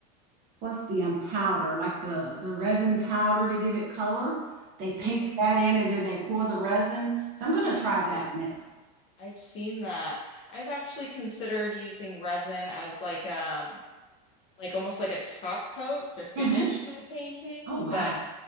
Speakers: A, on the right; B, on the left.
A: what's the um, powder, like the the resin powder to give it color. They paint
B: hmm
A: that in and then they pour the resin. So I'm gonna try
B: Yeah.
A: that next.
B: I've seen that. I've actually considered using resin as like um like almost like a top coat to finish
A: hmm
B: my paintings,
A: Oh wow.
B: but